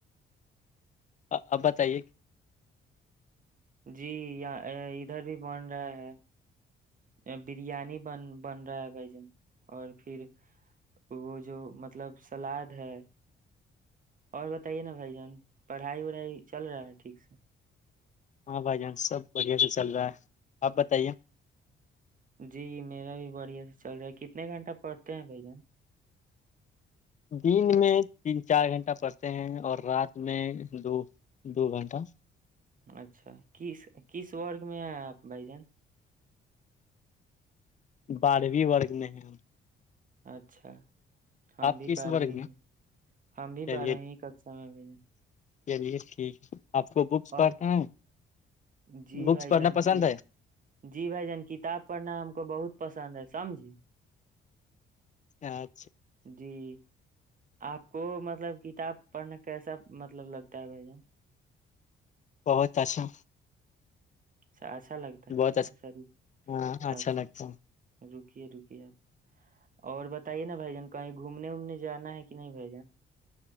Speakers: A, on the left; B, on the right.
A: اب بتائیے کہ
B: جی ادھر بھی بن رہا ہے بریانی بن بن رہا ہے بھجان اور پھر وہ جو مطلب سلاد ہے اور ب ہے نا بھ جان پڑھائی وڑھائی چل رہا ہے ٹھیک سے
A: ہاں بھائی جان سب بڑھیا سے چل رہا ہے آپ بتائیے
B: جی میرا بھی بڑھیا سے چل رہا ہے کتنے گھنٹہ پڑھتے ہیں بھ جان
A: دن میں تین چار گھنٹہ پڑھتے ہیں اور رات میں دو دو گھنٹہ
B: اچھا کس کس وورگ میں ہیں آپ بھائی جان
A: بارہویں ورگ میں ہیں ہم
B: اچھا ہم بھی
A: کس
B: بارہویں
A: ورگ میں
B: ہم بھی
A: چلیے
B: بارہویں کچ سا میں بھی
A: چلیے ٹھیک ہے آپ کو بکس پڑھنا
B: اور
A: ہے
B: جی
A: بکس
B: بھائی
A: پڑھنا
B: جان
A: پسند
B: کی
A: ہے
B: جی بھائی جان کتاب پڑھنا ہم کو بہت پسند ہے سمجھی
A: ا
B: جی آپ کو مطلب کتاب پڑھنے کیسا مطلب لگتا ہے بھائی جن
A: بہت اچھا
B: اچا اچھا لگتا ہے
A: بہت
B: اچھا
A: ہاں اچھا لگتا ہے
B: رکیے رکیے آپ اور بتائیے نا بھ جان کہیں گھومنے وومنے جانا ہے کہ نہیں بھائی جان